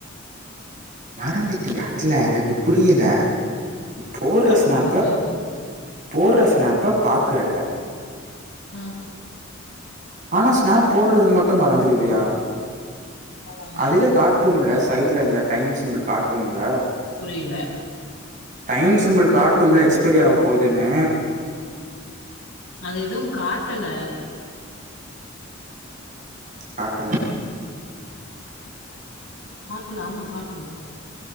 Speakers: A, on the right (about 40°); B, on the left (about 80°).
A: மறந்துட்டியா இல்ல எனக்கு புரியல
B: ம்
A: போடுறஸ்னாப்ப
B: என்ன புரியல
A: போடுறஸ்னாப்ப பாக்குற
B: ஆஹ
A: ஆனா ஸ்நாப் போடுறதுக்கு மட்டும் மறந்துடுவியா
B: ஆமா மறந்துட்டே
A: அதுல காட்டும்ல சைட் இல்ல இந்த டைம் சிம்பிள் காட்டும்ல
B: புரியல
A: டைம் சிம்பிள் காட்டும்ல எக்ஸ்பைரி ஆக போதுன்னு
B: அது எதுவும் காட்டல
A: காட்டல
B: காட்டுல ஆமா காட்டுல